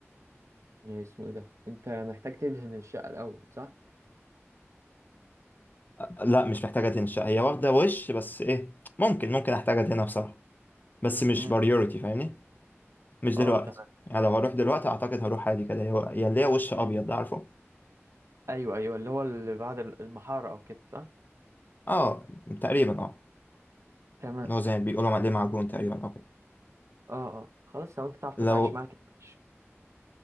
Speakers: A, on the right (about 75°); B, on the left (about 40°).
A: يعني اسمه ايه ده انت محتاج تدهن الشقة الأول صح؟
B: آه، لا مش محتاجة تنشأ هي واخدة وش بس ايه ممكن ممكن احتاجها هنا بصراحة بس مش
A: مم.
B: بريورتي فاهمني مش
A: اه
B: دلوقتي
A: تمام
B: يعني لو هروح دلوقتي اعتقد هروح عادي كده هي هي اللي هي وش ابيض ده عارفه
A: ايوه ايوه اللي هو اللي بعد المحاره او كده صح
B: اه تقريبا اه
A: تمام
B: اللي هو زي ما بيقولوا عليه معجون تقريبا او كده
A: اه اه خلاص لو انت تعرف تتعايش
B: لو
A: معاك ماشي.